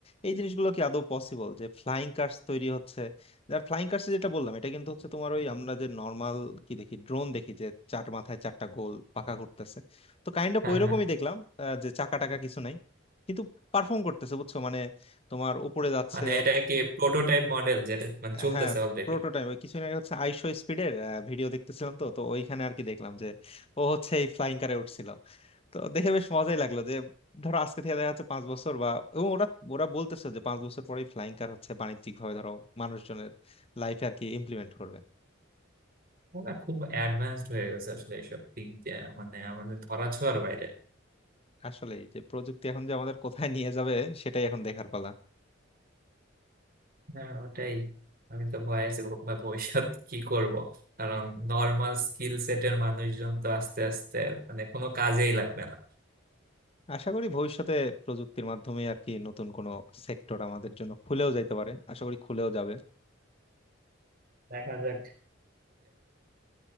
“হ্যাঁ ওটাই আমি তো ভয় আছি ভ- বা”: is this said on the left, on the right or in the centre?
Right